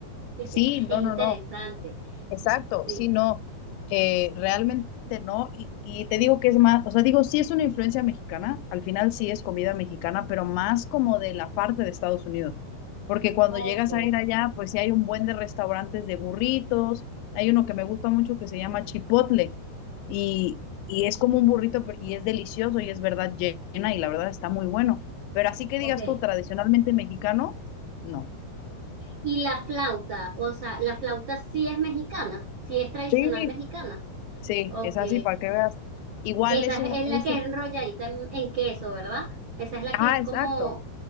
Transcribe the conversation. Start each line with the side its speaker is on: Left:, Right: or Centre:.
Right: <laughs>
Left: Sí,
Right: Es
Left: no,
Right: interesante,
Left: no, no. Exacto,
Right: sí.
Left: sí, no, eh, realmente no. Y, y te digo que es más, o sea, digo, sí es una influencia mexicana, al final sí es comida mexicana, pero más como de la parte de Estados Unidos. Porque cuando
Right: Ok.
Left: llegas a ir allá, pues sí hay un buen de restaurantes de burritos, hay uno que me gusta mucho que se llama Chipotle y, y es como un burrito pero- y es delicioso y es verdad llena y la verdad está muy bueno. Pero así que digas
Right: Ok,
Left: tú, tradicionalmente mexicano, no.
Right: Y la flauta, o sea, la flauta sí es mexicana, sí es tradicional
Left: Sí,
Right: mexicana.
Left: Sí,
Right: Ok,
Left: es así, para que veas. Igual
Right: esa
Left: es un,
Right: es es
Left: es
Right: la que
Left: un-
Right: es enrolladita en, en queso, ¿verdad? Esa es la
Left: ajá,
Right: que es
Left: exacto.
Right: como,